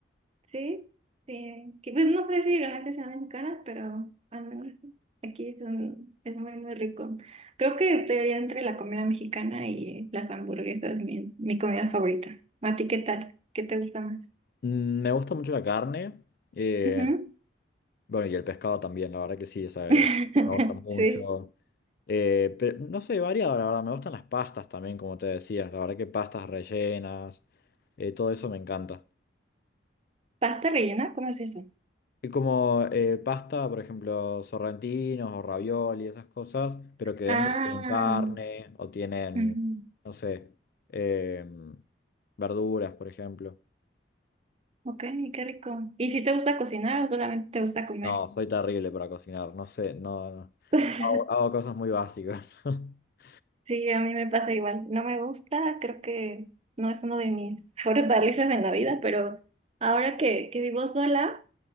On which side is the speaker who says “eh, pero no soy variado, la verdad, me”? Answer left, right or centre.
Left